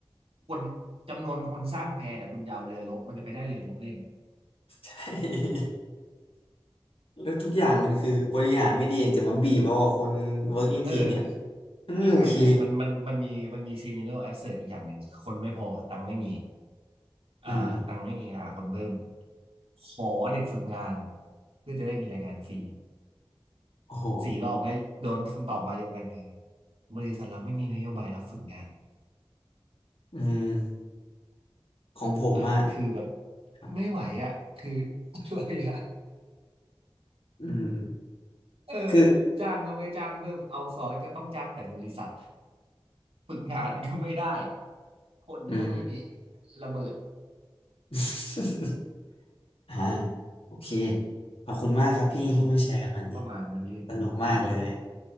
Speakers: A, on the right; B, on the left.
A: คนจำนวนคนสร้างแพแต่คุณยาวเรือรบมันจะไปได้เรือรบเล่น
B: ใช่ <laughs> แล้วทุกอย่างมันคือบริหารไม่ดีเองจะมาบีบเอาอะคน working
A: เออ
B: team เนี้ยมันไม่โอเค
A: ใช่ใช่ มันมันมันมีมันมีซีนิโนแอดเสิร์อีกอย่างหนึ่ง คนไม่พอตังค์ไม่มีอ่าตังค์ไม่มีอ่าคนเพิ่ม
B: อืม
A: ขอเด็กฝึกงานเพื่อจะได้มีแรงงานฟรี
B: โอ้โห
A: สี่รอบแล้วโดนคำตอบมาเดียวกันคือบริษัทเราไม่มีนโยบายรับฝึกงาน
B: อืมของผมมาก
A: เออคือแบบ
B: ครับ
A: ไม่ไหวอ่ะคือ <laughs> อะไรอ่ะ
B: อืม
A: เออ
B: คือ
A: จ้างก็ไม่จ้างเพิ่มเอาซอยก็ต้องจ้างแต่บริษัทฝึกงานก็ไม่ได้คนก็ไม่มี
B: อืม
A: ระเบิด
B: <laughs> อ่าโอเคขอบคุณมากครับพี่ที่มาแชร์กันวันนี้
A: อืมประมาณวันนี้อืม
B: สนุกมากเลย